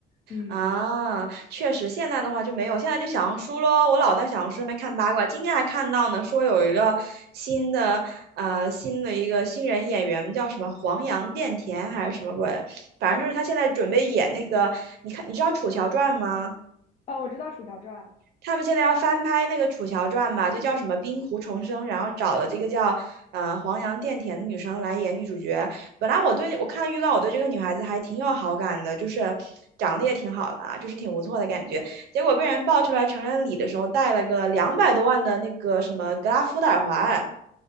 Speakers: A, on the left; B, on the right.
A: 嗯，
B: 啊，确实，现在的话就没有，现在就小红书咯，我老在小红书上面看八卦，今天还看到呢，说有一个新的呃新的一个新人演员叫什么黄杨钿甜还是什么鬼，反正就是他现在准备演那个，你看你知道《楚乔传》吗？
A: 啊，我知道《楚乔传》
B: 他们现在要翻拍那个《楚乔传》吧，就叫什么《冰湖重生》，然后找了这个叫呃黄杨钿甜的女生来演女主角。本来我对我看预告，我对这个女孩子还挺有好感的，就是长得也挺好的啊，就是挺不错的感觉。结果被人爆出来成人礼的时候戴了个两百多万的那个什么格拉夫的耳环。